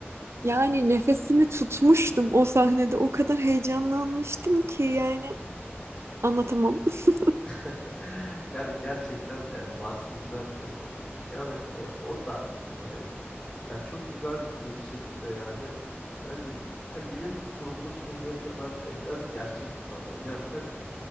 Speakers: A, on the right; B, on the left.
A: Yani nefesimi tutmuştum o sahnede o kadar heyecanlanmıştım ki yani anlatamam. <laughs>
B: <laughs> Yani gerçekten e, Mars'ta güzel filmdi. Yani e, o da e, Ya çok güzel e, bir şekilde yani bence yani bilim kurgu filmlerinde ben e, biraz gerçeklik arıyorum. Yani tabii ki